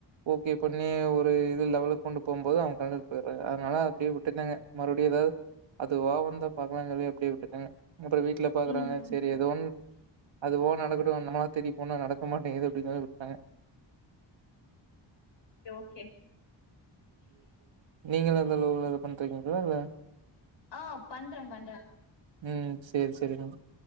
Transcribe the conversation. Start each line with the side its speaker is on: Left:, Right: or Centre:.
Right: ஓகே பண்ணி ஒரு இது லெவலுக்கு கொண்டு போகும்போது அவங்க கழண்ட்டு போயிடுறாங்க அதனால அப்படியே விட்டுட்டேங்க மறுபடியும் ஏதாவது அதுவா வந்தா பாக்கலாம்னு அப்டியே விட்டுட்டேன் அப்பறம் வீட்டுல பாக்குறாங்க
Left: ம் ம்
Right: செரி அது உன் அதுவோ நடக்கட்டும் நம்மளா தேடிப்போனா நடக்க மாட்டேங்குது அப்டின்னு சொல்லி விட்டுட்டேங்க
Left: ஓகே
Right: நீங்களெ எந்த அளவு லவ் பண்ணிட்டிருகீங்களா இல்ல இ
Left: ஆ பண்றேன் பண்றேன்
Right: ம் சேரி சேரிங்க